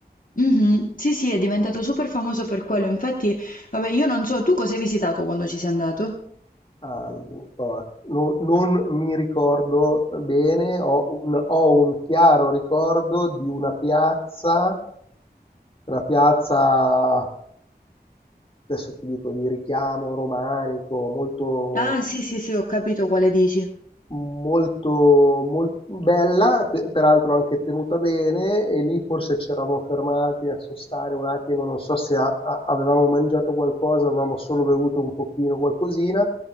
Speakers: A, on the left; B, on the left.
A: Mhm. Sì, sì, è diventato super famoso per quello. Infatti, vabbè, io non so, tu cosa hai visitato quando ci sei andato?
B: Ah, no, no- non mi ricordo bene, ho un, ho un chiaro ricordo di una piazza, una piazza, adesso ti dico, di richiamo romanico, molto...
A: Ah, sì, sì, sì, ho capito quale dici.
B: molto, mol- bella, pe- peraltro anche tenuta bene, e lì forse ci eravamo fermati a sostare un attimo, non so se a- a- avevamo mangiato qualcosa, avevamo solo bevuto un pochino, qualcosina.